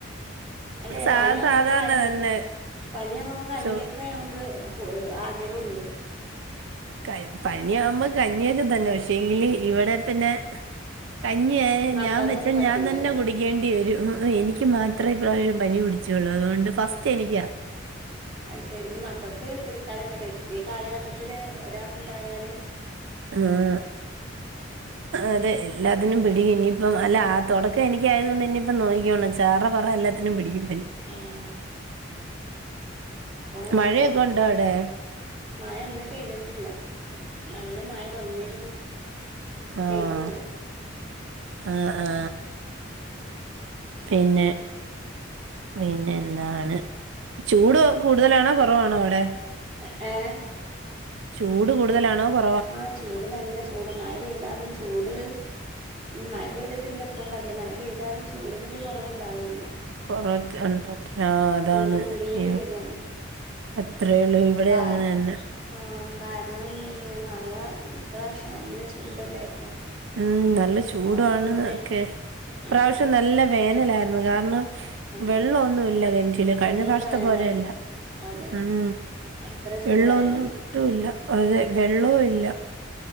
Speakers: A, on the right; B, on the right.
A: അല്ലെ
B: സാ
A: പനിയാവുമ്പക്ക്
B: സാധാരണ
A: കഞ്ഞി
B: തന്നെ
A: പനിയാവുമ്പോ നമക്ക് കഞ്ഞിക്ക്
B: ചോ
A: നമക്ക് പോലും ആഗ്രഹോള്ളൂ
B: ക പനിയാവുമ്പ കഞ്ഞിയൊക്കെ തന്നെ പക്ഷേങ്കില് ഇവിടെ പിന്നെ കഞ്ഞിയെ
A: മക്കൾക്കൊന്നും
B: ഞാം വെച്ചാ
A: പറ്റില്ലല്ലേ
B: ഞാൻ തന്നെ കുടിക്കേണ്ടി വരൂ
A: ആഹ്
B: എനിക്ക് മാ ത്ര ഇപ്രാവശം പനി പിടിച്ചോളു അതോണ്ട് ഫസ്റ്റേനിക്കാ
A: അയ്ശരി ഇനി മക്കൾക്ക് പിടിക്കാതെക്കട്ടെ ഈ കാലഘട്ടത്തില് ഒരാക്കുണ്ടായാല്
B: ആഹ അതെ എല്ലാത്തിനും പിടിക്കും ഇനിയിപ്പം അല്ല ആ തൊടക്കം എനിക്കായത് കൊണ്ട് ഇനിയിപ്പം നോയിക്കോണം ചറ പറ എല്ലാ ത്തിനും പിടിക്കും പനി
A: ആഹ് ഇപ്പൊ
B: മഴയെക്കൊണ്ടോ
A: ഒരു
B: അവിടെ
A: മഴ ഇന്ന് പെയ്തിട്ടില്ല നല്ല മഴ വന്നിരുന്നു പക്ഷെ
B: ആഹ്
A: പെയ്തില്ല
B: ആ ആ പിന്നെ പിന്നെന്താണ് ചൂട് കൂടുതലാണോ കൊറവാണോ അവടെ
A: എ ഏ
B: ചൂട് കൂടുതലാണോ കൊ
A: ആഹ ചൂട് നല്ല ചൂട് മഴ പെയ്താലും ചൂട് മഴ പെയ്തിട്ടില്ല ഇപ്പം പക്ഷെ മഴ പെയ്താലും ചൂടിനൊരു കൊറവുണ്ടാവില്ല
B: കൊറ <inaudible> അതാണ്
A: ചൂട് കൂടി കൂടി
B: ഈ
A: വരികയാണ്
B: അത്രേയോള്ളൂ ഇവിടെ
A: കാ
B: അങ്ങന തന്നെ
A: ആഹ് കാരണം പിന്നെ മഴ ഇപ്രാവശ്യം നല്ല ചൂടല്ലായിരുന്നോ
B: ഉം നല്ല ചൂടാണ്ന്ന്
A: ഭയങ്കരായിട്ട്
B: ക്കെ ഇപ്രാവശ്യം
A: ആഹ്
B: നല്ല വേനലാരുന്നു കാരണം
A: നല്ല
B: വെള്ളോന്നുല്ല കേണറ്റില് കഴിഞ്ഞ
A: കൊടും
B: പ്രാവശ്ത്ത
A: വേനലായിരുന്നു
B: പോലെയല്ല
A: അതെ
B: ഉം
A: അത്ര ചൂടായിരുന്നു
B: വെള്ളോന്നും ട്ടു ല്ല അതെ വെളെളാം ഇല്ല